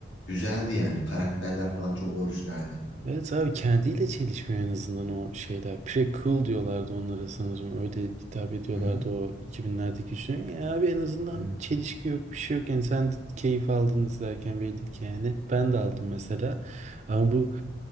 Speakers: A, on the left; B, on the right.
A: güzeldi yani. Karakterler falan çok orijinaldi.
B: Evet abi kendiyle çelişmiyor en azından o şeyler. Pre-cool diyorlardı onlara sanırım. Öyle hitap ediyorlardı
A: Hı hı.
B: o 2000'lerdeki üçlü. Ya abi en azından
A: Evet,
B: çelişki yok bir şey yok. Yani sen de keyif aldın izlerken belli ki yani. Ben de aldım mesela. Ama bu